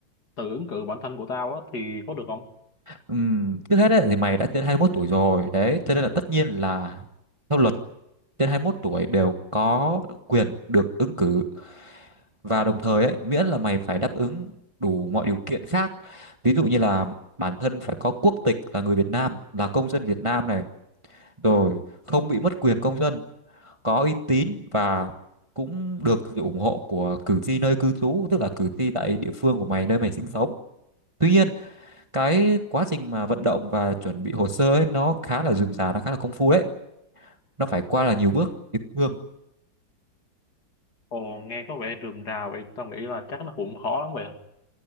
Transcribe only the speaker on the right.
Ừm, trước hết ấy, thì mày đã trên 21 tuổi rồi đấy, cho nên là tất nhiên là theo luật trên 21 tuổi đều có quyền được ứng cử và đồng thời ấy miễn là mày phải đáp ứng đủ mọi điều kiện khác ví dụ như là bản thân phải có quốc tịch là người Việt Nam là công dân Việt Nam này rồi không bị mất quyền công dân có uy tín và cũng được sự ủng hộ của cử tri nơi cư trú tức là cử tri tại địa phương của mày nơi mày sinh sống tuy nhiên cái quá trình mà vận động và chuẩn bị hồ sơ ấy nó khá là rườm rà nó khá là công phu đấy nó phải qua là nhiều bước địa phương